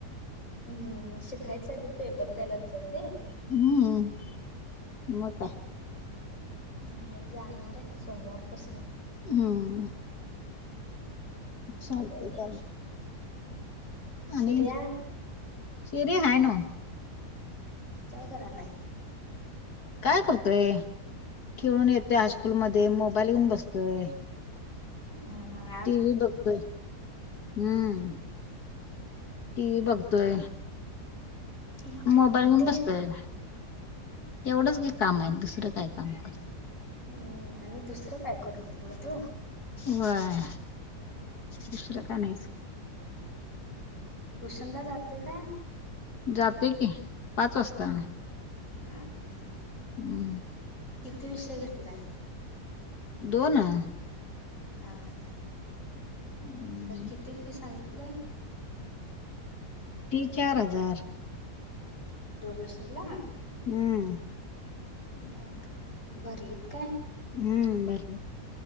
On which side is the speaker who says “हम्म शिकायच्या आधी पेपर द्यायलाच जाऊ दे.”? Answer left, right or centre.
Left